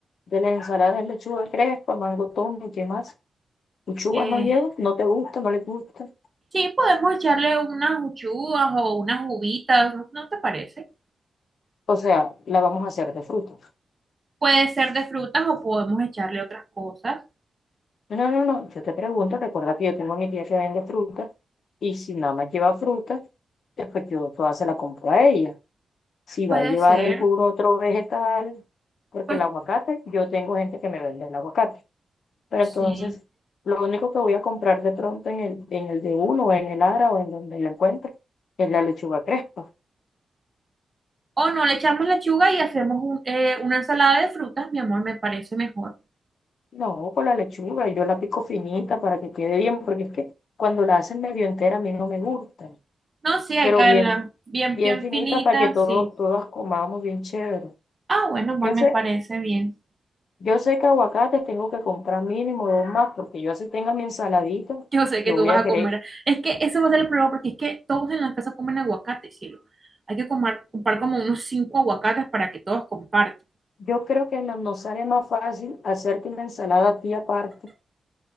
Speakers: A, on the left; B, on the right.
A: de la ensalada es lechuga crespa, mango tomate ¿qué más? Lechuga
B: Eh,
A: no lleva, no te gusta, no le gusta.
B: Sí, podemos echarle unas uchuvas o unas uvitas, ¿no, no te parece?
A: O sea, la vamos a hacer de fruta.
B: Puede ser de frutas o podemos echarle otras cosas.
A: No, no, no, yo te pregunto, recuerda que yo tengo mi tía que vende frutas y si nada más lleva frutas, eh, pues yo toda se la compro a ella. Si
B: Puede
A: va a llevar
B: ser,
A: algún otro vegetal, porque
B: pues
A: el aguacate, yo tengo gente que me vende el aguacate. Pero
B: sí.
A: entonces, lo único que voy a comprar de pronto en el, en el de uno, o en el Ara, o en donde lo encuentre, es la lechuga crespa.
B: O no, le echamos lechuga y hacemos un- eh, una ensalada de frutas, mi amor, me parece mejor.
A: No, con la lechuga, yo la pico finita para que quede bien, porque es que cuando la hacen medio entera a mí no me gusta.
B: No, sí, hay
A: pero
B: que hacerla
A: bien,
B: bien,
A: bien
B: bien
A: finita
B: finita,
A: para que todo,
B: sí.
A: todas comamos bien chévere.
B: Ah, bueno, amor,
A: Yo sé,
B: me parece bien.
A: yo sé que aguacates tengo que comprar mínimo dos más, porque yo así tenga mi ensaladita,
B: Yo sé
A: yo
B: que tú
A: voy
B: vas
A: a
B: a
A: querer.
B: comer. Es que eso va a ser el problema porque es que todos en la casa comen aguacate, cielo. Hay que comer, comprar como unos cinco aguacates para que todos compartan.
A: Yo creo que no- nos sale más fácil hacerte una ensalada a ti aparte.